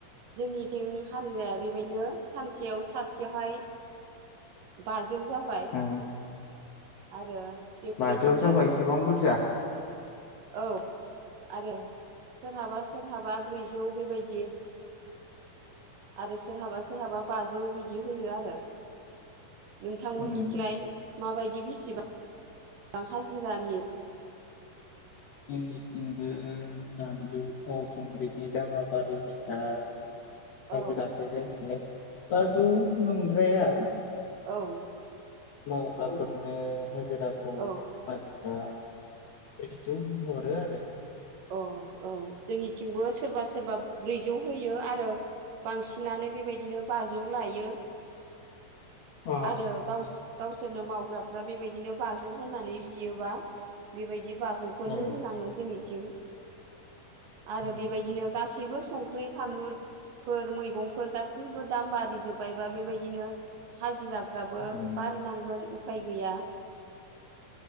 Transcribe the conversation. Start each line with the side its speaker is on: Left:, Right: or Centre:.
Right: जोंनिथिं हाजिराया बेबायदिनो सानसेयाव सासेयावहाय बाजौ जाबाय
Left: ओ
Right: आरो बेबायदिनो
Left: बाजौ जाबा इसेबां बुरजा
Right: <inaudible> औ आरो सोरहाबा सोरहाबा ब्रैजौ बेबायदि आरो सोरहाबा सोरहाबा बाजौ बिदि होयो आरो नोंथांमोननिथिलाय
Left: ओम
Right: माबायदि बिसिबां बां हाजिरानि
Left: जोंनिथिंबो बानलु थाव संख्रिनि दामा बारायनायखाय हाजिराखो
Right: औ
Left: जोंथिंलाय बाजौ नंद्राया
Right: औ
Left: मावग्राफोरनो हाजिराखौ मानिग्रा
Right: औ
Left: यावहरो आरो
Right: अ औ जोंनिथिंबो सोरबा सोरबा ब्रैजौ होयो आरो बांसिनानो बेबायदिनो बाजौ लायो
Left: अ
Right: आरो गावस गावसोरनो मावग्राफ्रा बेबायदिनो बाजौ होननानै बियोबा बेबायदि बाजौखौनो
Left: औ
Right: होनांङो जोंनिथिं । आरो
Left: औ
Right: बेबायदिनो गासैबो संख्रि फानलुफोर मैगंफोर गासैबो दाम बारि जोब्बायबा बेबायदिनो । हाजिराफ्राबो
Left: औ
Right: बारिनांगोन उफाय गैया ।